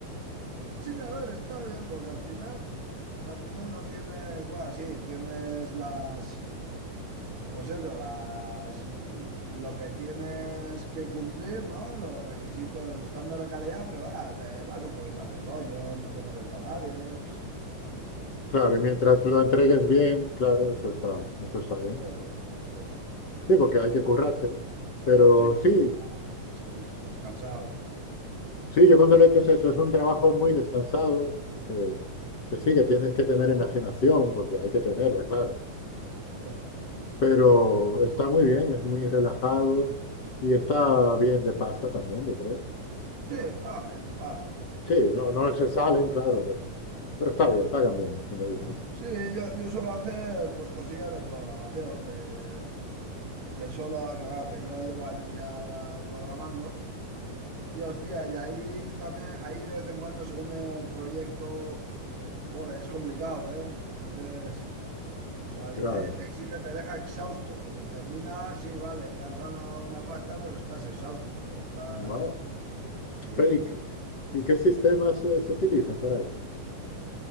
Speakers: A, on the right; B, on the left.
A: Sí, a ver, está bien, porque al final, al final no tienes, bueno, sí, tienes las... Pues eso, las, lo que tienes que cumplir, ¿no? Los requisitos, el estándar de calidad, pero ah, te vas un poquito a tu rollo, no te molesta a nadie. ps. Eh,
B: Claro, y mientras lo entregues bien, claro, eso está, eso está bien.
A: eh, Sí,
B: Sí, porque hay que currárselo. Pero
A: sí, sí,
B: sí,
A: ah, es, es- es cansado.
B: sí, yo cuando lo he hecho es eso, es un trabajo muy descansado, que, que sí, que tienes
A: Eh,
B: que tener imaginación, porque hay que tenerla, claro.
A: eh,
B: Pero está muy bien, es muy relajado y está bien de pasta también, yo creo.
A: Sí, pame, pame.
B: Sí, no, no se salen, claro, pero, pero está bien, pagan bien, como dices.
A: Sí, yo, yo suelo hacer pues cosillas de programación, que, que solo, que, va, que yo llevo años ya programando. Y hostia, y ahí también, ahí de vez en cuando, según el proyecto, joder, es complicado, ¿eh? Es- o sea,
B: Claro.
A: te, te exige, te deja exhausto. O sea, termina, sí, vale, que has ganado una pasta, pero estás exhausto. o sea, estás.
B: Ma-
A: Sí.
B: Pero ¿y, qué y qué sistemas eh, se utilizan para eso?